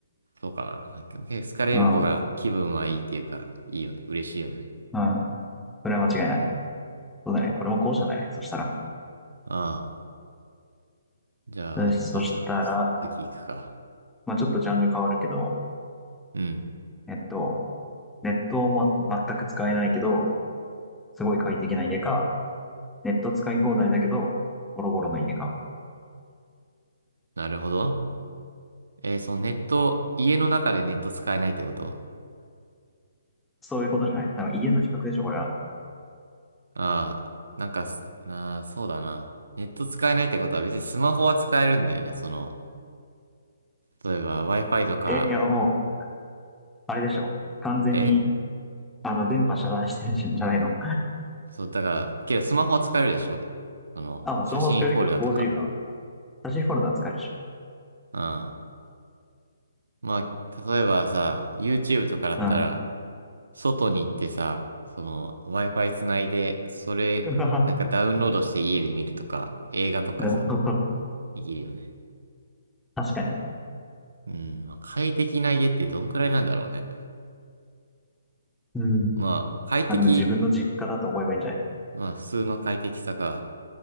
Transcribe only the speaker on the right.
そうかな。なんか好かれる方が気分はいいっていうか、
いいよね。嬉しいよね。
うん。
ああ、じゃあ、
どうする次行くか。
うん、
なるほど。えーそのネット、家の中でネット使えないってこと
ああ、なんかす、なあ、そうだな。ネット使えないってことは別にスマホは使えるんだよね。その、例えば Wi-Fi とか、
え
そう、だから、けどスマホは使えるでしょその、
写真フォルダとか。
うん。まあ、例えばさ、YouTube とかだったら、
外に行ってさ、その、Wi-Fi つないで、それ、
なんかダウンロードして家で見るとか、映画とかさ、
できるよね。
うん。まあ、快適な家ってどんくらいなんだろうね。
まあ、快適、
まあ、普通の快適さが、